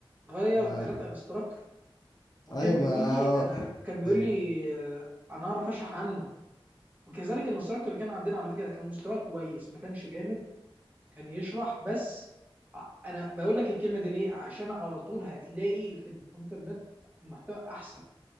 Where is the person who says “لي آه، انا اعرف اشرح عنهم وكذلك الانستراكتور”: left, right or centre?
Right